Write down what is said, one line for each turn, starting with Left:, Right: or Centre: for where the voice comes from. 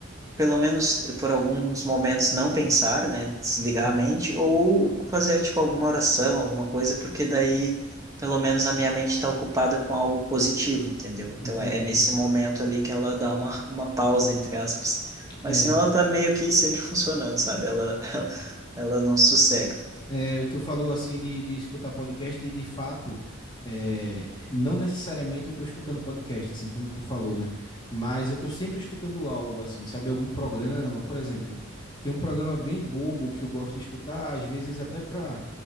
Right: pelo menos por alguns momentos não pensar, né, desligar
Left: Uhum,
Right: a mente ou fazer tipo alguma oração, alguma coisa, porque daí pelo menos a minha mente está ocupada com algo positivo, entendeu? Então
Left: Entendi.
Right: é nesse momento ali que ela dá uma, uma pausa, entre aspas. Mas
Left: É,
Right: senão ela tá meio que sempre <laughs> funcionando, sabe? Ela, <laughs> ela, ela não sossega.
Left: é, tu falou assim de, de escutar podcast e de fato, é, não necessariamente eu estou escutando podcast, assim como tu falou, né? Mas eu estou sempre escutando algo assim, sabe? Algum programa, por exemplo, tem um programa bem bobo que eu gosto de escutar, às vezes até para